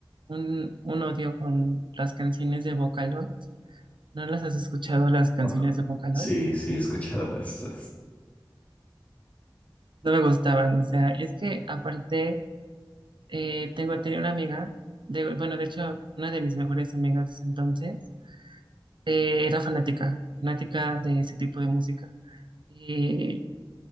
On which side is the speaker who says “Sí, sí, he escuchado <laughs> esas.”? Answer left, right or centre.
Left